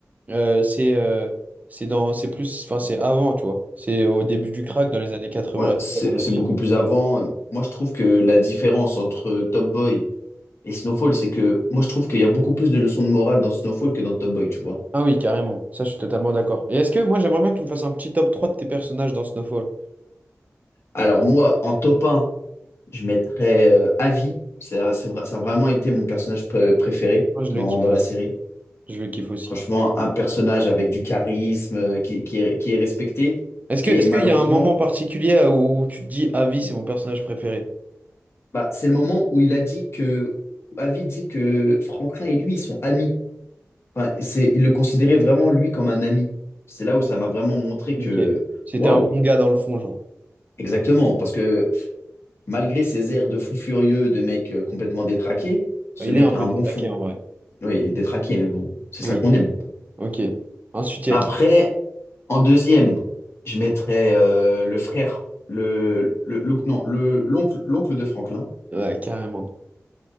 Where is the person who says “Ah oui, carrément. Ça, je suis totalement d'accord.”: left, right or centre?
Right